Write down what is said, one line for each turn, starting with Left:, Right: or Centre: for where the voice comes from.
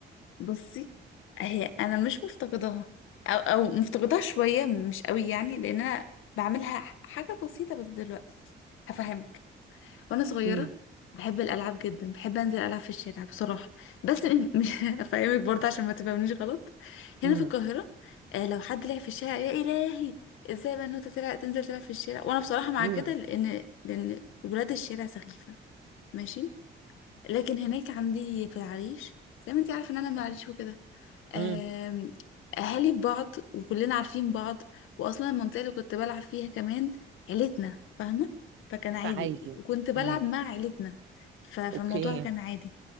Left: بصي هي أنا مش مفتقداها أو أو مفتقداها شوية مش قوي يعني لأن أنا بعملها حاجة بسيطة بس دلوقتي هفهمك وانا صغيره
Right: امم
Left: بحب الالعاب جدا بحب انزل العب في الشارع بصراحه بس م- مش <laughs> افهمك برضه عشان ما تفهمنيش غلط هنا
Right: امم
Left: في القاهره آه، لو حد لعب في الشارع يا الهي ازاي بنوته تلع- تنزل تلعب في الشارع وانا بصراحه مع
Right: امم
Left: كده لان لان ولاد الشارع سخيفه ماشي لكن هناك عندي في العريش زي ما انت عارفه ان انا من العريش وكده آم،
Right: امم
Left: اهالي بعض وكلنا عارفين بعض واصلا المنطقه اللي كنت بلعب فيها كمان عيلتنا فاهمه فكان عادي
Right: فعادي
Left: وكنت بلعب
Right: امم
Left: مع عيلتنا ف- فالموضوع
Right: اوكي
Left: كان عادي